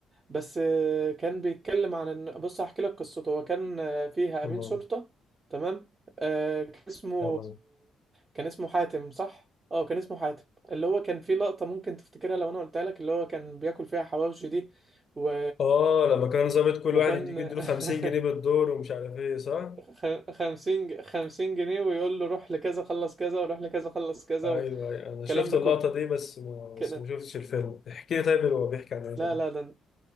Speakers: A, on the right; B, on the left.
A: بس آه، كان بيتكلم عن ان بص هحكي لك قصته هو كان آه، فيها
B: تمام
A: امين شرطة تمام آه كان اسمه
B: تمام
A: كان اسمه حاتم صح اه كان اسمه حاتم اللي هو كان فيه لقطة ممكن تفتكرها لو انا قلتها لك اللي هو كان بياكل فيها حواوشي دي و...
B: اه لما كان ظابط كل
A: وكان
B: واحد يديك يديله 50
A: <laughs>
B: جنيه بالدور ومش عارف ايه صح
A: خ- خمسين خمسين جنيه ويقول له روح لكذا خلص كذا وروح لكذا خلص كذا
B: ايوه أيوة. انا
A: والكلام
B: شفت
A: ده
B: اللقطة
A: كله
B: دي بس ما
A: كانت
B: بس ما شفتش الفيلم احكي لي طيب هو بيحكي عن ايه
A: لا
B: طيب
A: لا ده